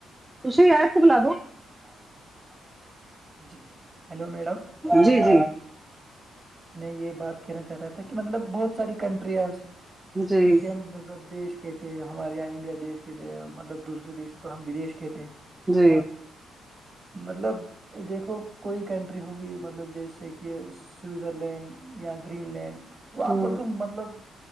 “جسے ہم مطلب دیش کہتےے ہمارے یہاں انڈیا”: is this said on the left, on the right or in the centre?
Right